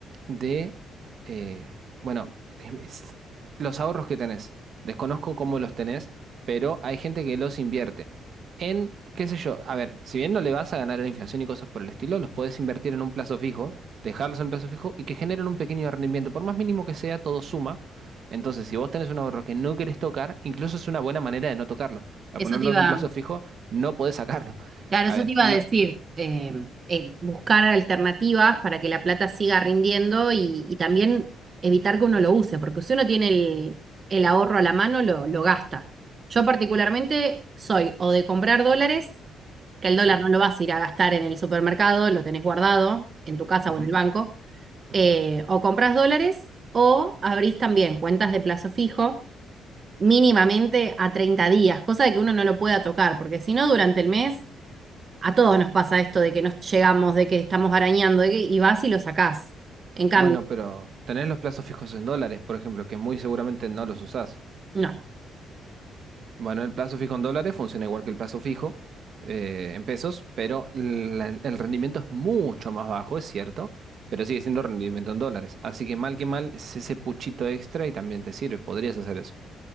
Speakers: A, on the right; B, on the right.
A: de, eh, bueno, es- los ahorros que tenés. Desconozco cómo los tenés, pero hay gente que los invierte en, qué sé yo, a ver, si bien no le vas a ganar a la inflación y cosas por el estilo, los podés invertir en un plazo fijo, dejarlos en plazo fijo y que generen un pequeño rendimiento. Por más mínimo que sea, todo suma. Entonces, si vos tenés un ahorro que no querés tocar, incluso es una buena manera de no tocarlo. Al
B: Eso
A: ponerlo
B: te iba,
A: en un plazo fijo, no podés sacarlo.
B: claro,
A: A
B: eso
A: ver,
B: te iba
A: no,
B: a decir, eh, eh, buscar alternativas para que la plata siga rindiendo y, y también evitar que uno lo use, porque si uno tiene el, el ahorro a la mano, lo, lo gasta. Yo particularmente soy o de comprar dólares, que el dólar
A: sí.
B: no lo vas a ir a gastar en el supermercado, lo tenés guardado en tu casa
A: Ujú,
B: o en el banco,
A: ujú.
B: eh, o compras dólares o abrís también cuentas de plazo fijo mínimamente a 30 días, cosa de que uno no lo pueda tocar, porque si no, durante el mes A todos nos pasa esto de que nos llegamos, de que estamos arañando, de que, y vas y lo sacás. En cambio,
A: Bueno, pero tenés los plazos fijos en dólares, por ejemplo, que muy seguramente no los usás.
B: no.
A: Bueno, el plazo fijo en dólares funciona igual que el plazo fijo eh, en pesos, pero la- el rendimiento es mucho más bajo, es cierto, pero sigue siendo rendimiento en dólares. Así que mal que mal es ese puchito extra y también te sirve, podrías hacer eso.